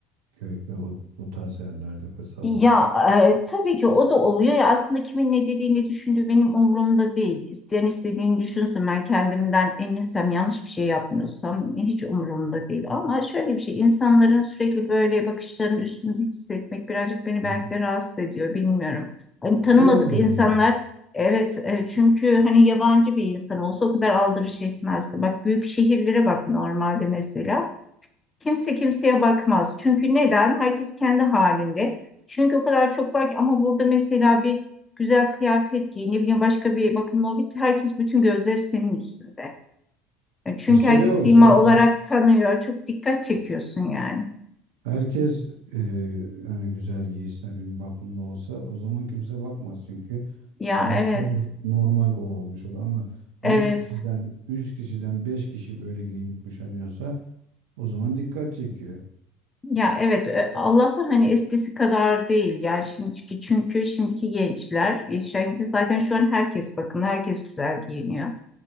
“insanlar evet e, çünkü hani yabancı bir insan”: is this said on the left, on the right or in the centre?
Left